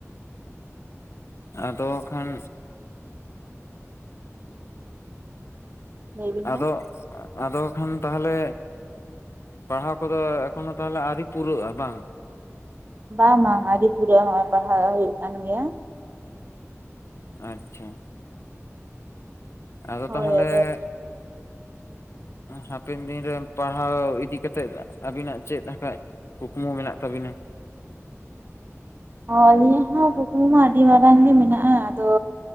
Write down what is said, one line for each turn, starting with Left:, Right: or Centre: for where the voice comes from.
Left: ᱟᱫᱚ ᱠᱷᱟᱱ
Right: ᱞᱟᱹᱭ ᱵᱤᱱ
Left: ᱟᱫᱚᱜ
Right: ᱢᱟ
Left: ᱟᱫᱚ ᱠᱷᱟᱱ ᱛᱟᱦᱚᱞᱮ ᱯᱟᱲᱦᱟᱣ ᱠᱚᱫᱚ ᱮᱠᱷᱚᱱᱚ ᱫᱚ ᱛᱟᱦᱚᱞᱮ ᱟᱹᱣᱨᱤ ᱯᱩᱨᱟᱹᱜᱼᱟ ᱵᱟᱝ?
Right: ᱵᱟᱝ ᱵᱟᱝ ᱟᱹᱣᱨᱤ ᱯᱩᱨᱟᱹᱜᱼᱟ ᱱᱚᱜᱼᱚᱭ ᱯᱟᱲᱦᱟᱜ ᱦᱩᱭᱩᱜ ᱠᱟᱱ ᱜᱮᱭᱟ᱾
Left: ᱟᱪᱪᱷᱟ᱾ ᱟᱫᱚ
Right: ᱦᱳᱭ
Left: ᱛᱟᱦᱚᱞᱮ
Right: ᱟᱫᱚ
Left: ᱦᱟᱯᱮᱱ ᱫᱤᱱ ᱨᱮ ᱯᱟᱲᱦᱟᱣ ᱤᱫᱤ ᱠᱟᱛᱮᱫ ᱟᱹᱵᱤᱱᱟᱜ ᱪᱮᱫ ᱟᱠᱷᱟᱡ ᱠᱩᱠᱢᱩ ᱢᱮᱱᱟᱜ ᱛᱟᱵᱤᱱᱟ?
Right: ᱦᱚᱸ ᱟᱹᱞᱤᱧᱟᱜ ᱦᱚᱸ ᱠᱩᱠᱢᱩ ᱢᱟ ᱟᱹᱰᱤ ᱢᱟᱨᱟᱝ ᱜᱮ ᱢᱮᱱᱟᱜᱼᱟ, ᱟᱫᱚ